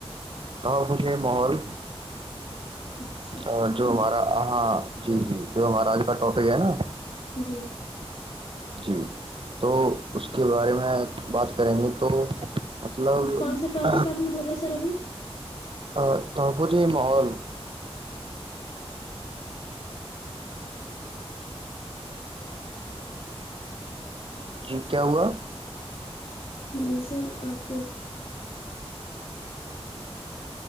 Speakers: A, on the right; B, on the left.
A: تو بھے محول
B: اچھا
A: اور جو ہمارا
B: جی
A: آاں جی جی جو ہمارا آج کا ٹاپک ہے نا
B: جی
A: جی تو اس کے بارے میں بات کریں گے تو مطلب
B: کون سا ٹاپک آپ نے بولا سر ابھی
A: ا تپ ج محول <unintelligible> جی کیا ہوا
B: نہیں سر آپ